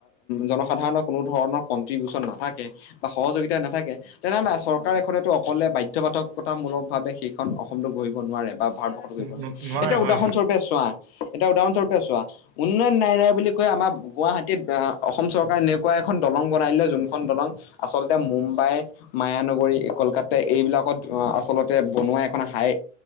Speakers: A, on the left (about 50°); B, on the right (about 40°).
A: জনসাধাৰণৰ কোনো ধৰণৰ কনট্ৰিবিউচন নাথাকে বা সহযোগিতা নাথাকে তেনেহলে চৰকাৰ এখনেতো অকলে বাধ্যকতামূলক ভাৱে শেষ এখন অসমতো গঢ়িব নোৱাৰে বা ভাৰতবৰ্ষত গহিব
B: ন-
A: নোৱাৰে
B: ন-
A: এতিয়া
B: হয়
A: উদাহৰণস্বৰূপে
B: হয়
A: চোৱা এটা উদাহৰণস্বৰূপে চোৱা উন্নয়ন নাই নাই বুলি কৈ আমাৰ গুৱাহাটীত অসম চৰকাৰ এনেকুৱা এখন দলং বনাই দিলে যোনখন দলং আচলতে মুম্বাই মায়ানগৰী কলকাতা এইবিলাক আচলতে বনোৱা এখন হাই